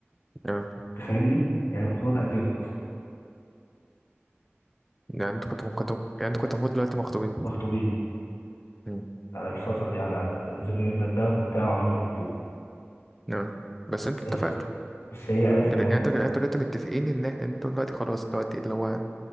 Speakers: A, in the centre; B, on the left.
A: اه
B: تفهمني يعني الخطوبه اتاجلت اصلا
A: يعني انتوا كنتوا ممكن يعني انتوا كنتوا المفروض دلوقتي مخطوبين
B: ومخطوبين
A: مم.
B: آه، الفتره دي على الاقل كنا نزلنا جبنا الدهب وبتاع وعملنا الخطوبه
A: اه بس انتوا
B: بس
A: اتفقتوا
B: بس هي قالت
A: دل...
B: لمامتها
A: يعني انتوا يعني انتوا دلوقتي متفقين ان انتوا دلوقتي خلاص دلوقتي اللي هو